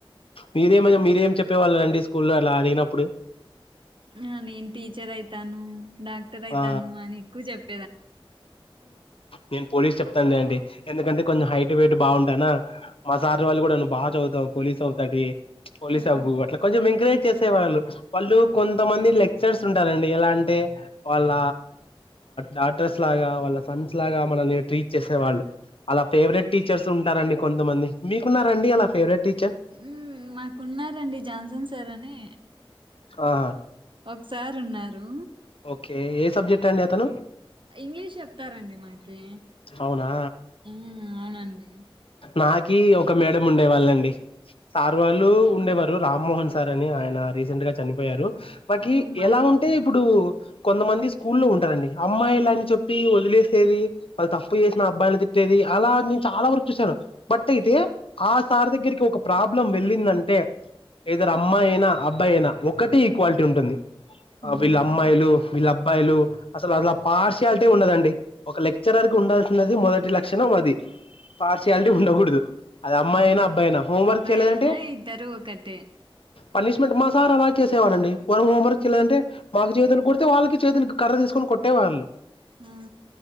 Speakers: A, on the left (about 70°); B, on the right (about 60°).
A: మీరేమ మీరేం చెప్పేవాళ్ళ రండి స్కూల్లో అలా అదిగినప్పుడు
B: ఆ నేను టీచర్ అయితాను డాక్టర్ అవుతాను
A: ఆ
B: అని ఎక్కువ చెప్
A: నేను పోలీస్ చెప్తాన అండి ఎందుకంటే కొంచెం హైట్ వెయిట్ బాగుంటానా మా సార్జ్ వాళ్ళు కూడా్ బాగా చదువుతావు పోలీస్ అవుతాటి పోలిసా
B: హ్మ్
A: బు అట్ల కొంచెం ఇంకరేజ్ త్య సేవలు వాళ్ళు
B: ఆ
A: కొంతమంది లెక్క సర్స్ ఉంటారండి ఎలా అంటే వాళ్ళ డాటర్స్ లాగా వాళ్ళ సన్స్ లాగా మనల్ని ట్రీట్ చేసేవాళ్ళు అలా ఫేవరెట్ టీచర్స్ ఉంటారండి కొంతమంది మీకున్నారండీ అలా ఫేవరెట్ టీచర్
B: ఉమ్ మాకున్నారండీ జాన్సన్ సారని
A: ఆహా
B: ఒకసార్ ఉన్నారు
A: ఓకే ఏ సబ్జెక్ట్ అండి అతను
B: ఇంగ్లీష్ చెప్తారంండి మాకి
A: అవునా
B: ఉమ్ అవునండి
A: నాకి ఒక మేడం ఉండే వాళ్ళండి సార్ వాళ్ళు ఉండేవారు రామ్మోహన్ సార్ అని ఆయన రీసెంట్ గా చనిపోయారు మాకి
B: ఆ మా
A: ఎలా ఉంటే ఇప్పుడు కొంతమంది స్కూల్లో ఉంటారండి అమ్మాయి ఇలా అని చెప్పి వదిలేసేది వాళ్ళు తప్పు చేసిన అబ్బాయిని ఏది అలా నేను చాలా వరకు చూసాను బట్ అయితే ఆ సార్ దగ్గరికి ఒక ప్రాబ్లం వెళ్ళిందంటే ఐదరు అమ్మాయయినా అబ్బాయయినా ఒకటే ఈక్వాలిటీ ఉంటుంది
B: మ్మ్
A: వీళ్ళ అమ్ అమ్మాయిలు వీళ్ళ అబ్బాయిలు అసలు అలా పార్షియాలిటీ ఉండదండి ఒక లెక్చరర్ కి ఉండాల్సినది మొదటి లక్షణం అది పార్షియాలిటీ ఉండకూడదు అది అమ్మాయి
B: అవును
A: అయినా అబ్బాయి అయినా హోంవర్క్
B: అబ్బాయయినా
A: చేయలేదంటే
B: ఇద్దరూ ఒకటిే
A: పనిష్మెంట్ మా సార్ అలా చేసేవాళ్ళండీ మనం హోమ్వర్క్ చేయలేదంటే మాకు చేతులు కొడితే వాళ్ళకి చేతులుకి కర్ర తీసుకొని కొట్టే వాళ్ళు
B: ఆ